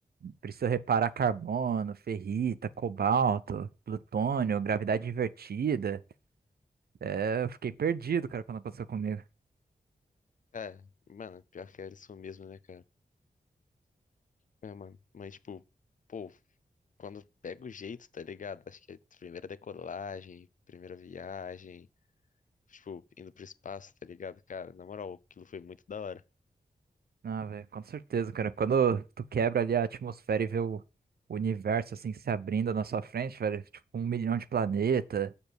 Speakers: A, on the right; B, on the left.
A: Precisa reparar carbono, ferrita, cobalto, plutônio, gravidade invertida. É, eu fiquei perdido, cara, quando aconteceu comigo.
B: É, mano, pior que era isso mesmo, né, cara? É, mano, mas tipo, pô. quando pega o jeito, tá ligado? Acho que é primeira decolagem, primeira viagem, tipo, indo pro espaço, tá ligado? Cara, na moral, aquilo foi muito da hora.
A: Ah, velho, com certeza, cara. Quando tu quebra ali a atmosfera e vê o o universo assim se abrindo na sua frente, velho, tipo um milhão de planeta.